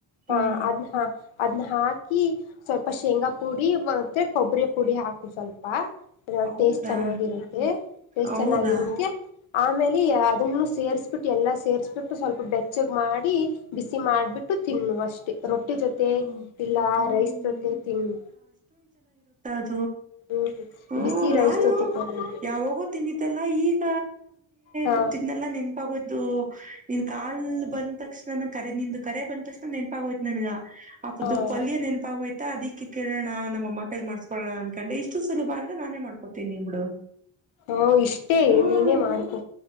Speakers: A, on the left; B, on the right.
A: ಹಾ-
B: ಹ್ಮ್
A: ಅದ -ಹಾ ಅದ್ನ್ನ ಹಾಕಿ ಸ್ವಲ್ಪ ಶೇಂಗಾ ಪುಡಿ ಮತ್ತೆ ಕೊಬ್ಬರಿ ಪುಡಿ ಹಾಕು ಸ್ವಲ್ಪ.
B: ಹೌದಾ
A: ಟೇಸ್ಟ್ ಚೆನ್ನಾಗಿರುತ್ತೆ ಟೇಸ್ಟ್
B: ಹೌದಾ
A: ಚೆನ್ನಾಗಿರುತ್ತೆ ಆಮೇಲೆ ಅದನ್ನು ಸೇರ್ಸ್ಬಿಟ್ಟು ಎಲ್ಲಾ ಸೇರ್ಸ್ಬಿಟ್ಟು ಸ್ವಲ್ಪ ಬೆಚ್ಚಗ್ ಮಾಡಿ ಬಿಸಿ ಮಾಡ್ಬಿಟ್ಟು. ತಿನ್ನು ಅಷ್ಟೆ ರೊಟ್ಟಿ ಜೊತೆ
B: ಹ್ಮ್
A: ಇಲ್ಲ
B: ಹ್ಮ್
A: ರೈಸ್ ಜೊತೆ ತಿನ್ನು.
B: ಹ
A: ಹ್ಮ್
B: -ಹ
A: ಬಿಸಿ ರೈಸ್
B: ನಾನು
A: ಜೊತೆ ತಿನ್ನು
B: ಯಾವಾಗೂ ತಿಂದಿದ್ದಲ್ಲ ಈಗ.
A: ಹಾ
B: ಕೂತಿದ್ನಲ್ಲಾ
A: ಹಾ
B: ನೆನ್ಪಾಗೋಯ್್ದು ನಿನ್ ಕಾಲ್ ಬಂದ ತಕ್ಷಣ. ಕರೆ ನಿಂದು ಕರೆ ಬಂದಕ್ಷಣ ನೆನಪಾಗೋಯ್ತು ನನ್ಗ ಅಪ
A: ಹಾ
B: ದು ಪಲ್ಯ ನೆನಪಾಗ ಹೋಯ್ತಾ ಅದಕ್ ಅಕ್ಕಿ ಕೇಳೋಣ ನಮ್ಮ ಕೈ್ ಮಾಡ್ಸ್ಕೋಣ ಅನ್ಕೊಂಡೆ ಇಷ್ಟು ಸುಲಭ ಅಂದ್ರೆ ನಾನೇ ಮಾಡ್ಕೋತೀನಿ- ಇ -ಬಿಡು.
A: ಹ- ಇಷ್ಟೇ
B: ಹ್ಮ್
A: ನೀನೇ ಮಾಡ್ಕೊ